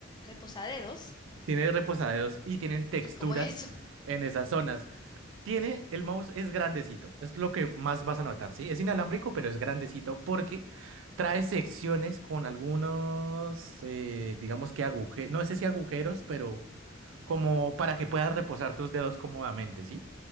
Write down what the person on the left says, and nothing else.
reposadedos.
¿Y cómo es eso?